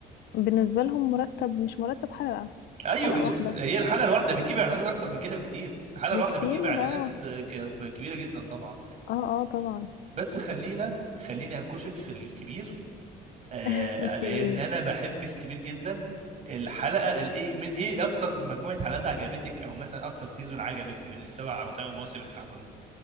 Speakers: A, on the left; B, on the right.
A: بالنسبة لهم مرتب مش مرتب حلقة
B: ايوه
A: حلقة
B: بالنسبه
A: واحدة
B: هي الحلقه الواحده بتجيب اعلانات اكتر من كده بكتير الحلقه
A: بكتير
B: الواحده بتجيب اعلانات
A: اه
B: آه، ك- كبيره جدا طبعا
A: اه اه طبعا
B: بس خلينا خليني انكشك في الكبير آه
A: <laughs> الكبير
B: لان انا بحب الكبير جدا الحلقه الايه من ايه اكتر مجموعه حلقات عجبتك او مثلا اكتر سيزون عجبك من السبع او ثمان مواسم اللي اتعملوا